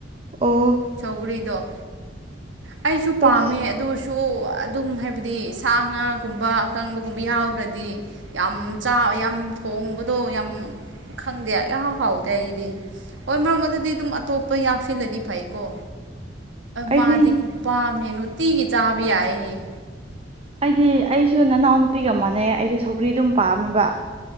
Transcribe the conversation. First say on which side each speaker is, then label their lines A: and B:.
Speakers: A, on the right (about 30°); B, on the right (about 90°).
A: ꯑꯣ
B: ꯁꯧꯒꯔꯤꯗꯣ ꯑꯩꯁꯨ ꯄꯥꯝꯃꯦ
A: ꯑꯁ
B: ꯑꯗꯨꯁꯨ ꯑꯗꯨꯝ ꯍꯥꯏꯕꯗꯤ ꯁꯥ ꯉꯥꯒꯨꯝꯕ ꯑꯀꯪꯕꯒꯨꯝꯕ ꯌꯥꯎꯗ꯭ꯔꯗꯤ ꯌꯥꯝ ꯆꯥ ꯌꯥꯝ ꯊꯣꯡꯕꯗꯣ ꯌꯥꯝ ꯈꯪꯗꯦ ꯏꯍꯥꯎ ꯍꯥꯎꯇꯦ ꯑꯩꯗꯤ ꯍꯣꯏ ꯃꯔꯛ ꯃꯔꯛꯇꯗꯤ ꯑꯗꯨꯝ ꯑꯇꯣꯞꯄ ꯌꯥꯎꯁꯤꯜꯂꯗꯤ ꯐꯩꯀꯣ
A: ꯑꯩꯗꯤ
B: ꯃꯥꯗꯤ ꯑ ꯅꯨꯇꯤꯒꯤ ꯆꯥꯕ ꯌꯥꯏꯌꯦ
A: ꯑꯩꯗꯤ ꯑꯩꯁꯨ ꯅꯅꯥꯎ ꯅꯨꯄꯤꯒ ꯃꯥꯟꯅꯩ ꯑꯩꯁꯨ ꯁꯧꯒ꯭ꯔꯤ ꯑꯗꯨꯝ ꯄꯥꯝꯃꯦꯕ